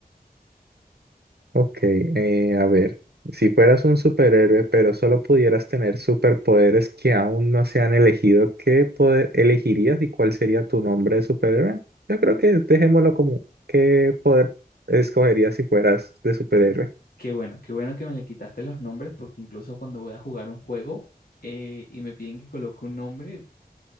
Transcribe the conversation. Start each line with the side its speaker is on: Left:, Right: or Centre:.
Right: Ok, eh, a ver, si fueras un superhéroe, pero solo pudieras tener superpoderes que aún no se han elegido, ¿qué poder elegirías y cuál sería tu nombre de superhéroe? Yo creo que dejémoslo como, ¿qué poder escogerías si fueras de superhéroe?
Left: Qué bueno, qué bueno que me le quitaste los nombres, porque incluso cuando voy a jugar un juego eh, y me piden que coloque un nombre,